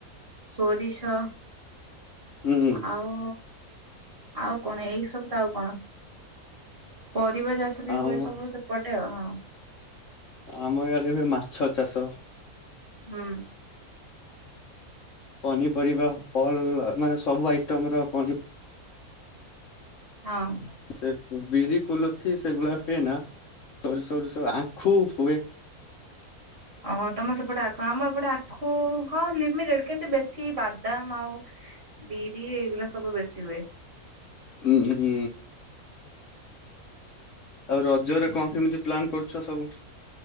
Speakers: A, on the right (about 40°); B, on the left (about 60°).
A: ସୋରିଷ
B: ହୁଁ
A: ଆଉ ଆଉ କଣ ଏଇ ସବୁ ତ ଆଉ କଣ? ପରିବା ଚାଷ ବି
B: ଆମ
A: ହୁଏ ସବୁ ସେପଟେ ହଁ।
B: ଆମ ଇଆଡ଼େ ବି ମାଛ ଚାଷ।
A: ହୁଁ।
B: ପନିପରିବା ଫଲ ମାନେ ସବୁ ଆଇଟମ୍ ର ପନି
A: ହଁ।
B: ସେ ବିରି କୋଲଥି ସେଗୁଡା ହୁଏ ନା। ଷୋରିଷ ଫୋରିଶ ଆଖୁ ହୁଏ।
A: ଓହୋ ତମେ ସେପଟେ ଆଖୁ ଆମ ଏପଟେ ଆଖୁ ହଁ ଲିମିଟେଡ କିନ୍ତୁ ବେଶୀ ବାଦାମ ଆଉ ବିରି ଏଇଗୁରା ସବୁ ବେଶୀ ହୁଏ।
B: ଉଁ ହୁଁ। ଆଉ ରଜରେ କଣ କେମିତି ପ୍ଲାନ କରୁଛ ସବୁ?